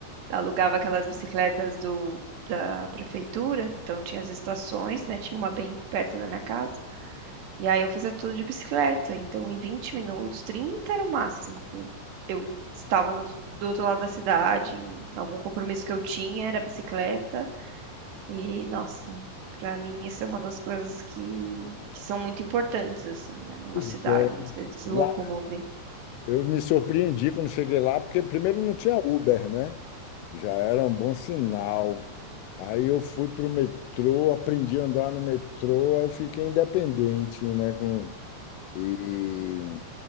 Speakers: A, on the right; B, on the left.
A: Alugava aquelas bicicletas do, da prefeitura, então tinha as estações, né? Tinha uma bem perto da minha casa. E aí eu fazia tudo de bicicleta. Então, em 20 minutos, 30 era o máximo. que Eu eu estava no, do outro lado da cidade, em algum compromisso que eu tinha era bicicleta. E, nossa, pra mim isso é uma das coisas que, que são muito importantes, assim, né? Numa
B: pois
A: cidade,
B: é,
A: você se
B: lá
A: locomover.
B: eu me surpreendi quando cheguei lá, porque primeiro não tinha Uber, né? já era um bom sinal. Aí eu fui para o metrô, aprendi a andar no metrô, aí fiquei independente, né? com- e,